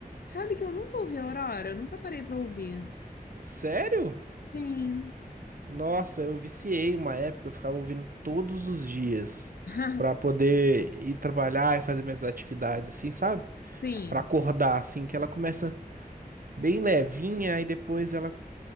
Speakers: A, on the left (about 80°); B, on the right (about 65°).
A: Sabe que eu nunca ouvi Aurora? Eu nunca parei pra ouvir.
B: Sério?
A: Sim.
B: Nossa, eu viciei uma época, eu ficava ouvindo todos os dias
A: <laughs>
B: pra poder ir trabalhar e fazer minhas atividades assim, sabe?
A: Sim.
B: Pra acordar assim que ela começa bem levinha, e depois ela.